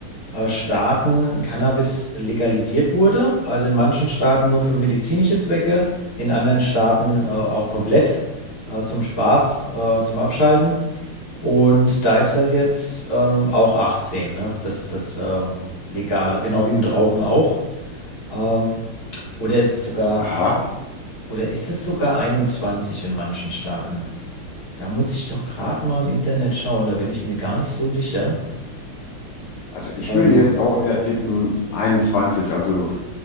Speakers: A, on the left; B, on the left.
A: äh, Staaten Cannabis legalisiert wurde. Also in manchen Staaten nur für medizinische Zwecke, in anderen Staaten äh, auch komplett äh, zum Spaß, äh, zum Abschalten. Und da ist das jetzt ähm, auch 18, ne? Das, das ähm, Legale, genau wie mit Rauchen auch. Ähm, oder ist es sogar,
B: Aha,
A: oder ist es sogar 21 in manchen Staaten? Da muss ich doch gerade mal im Internet schauen, da bin ich mir gar nicht so sicher.
B: also ich
A: Ähm,
B: würde jetzt auch eher tippen 21, also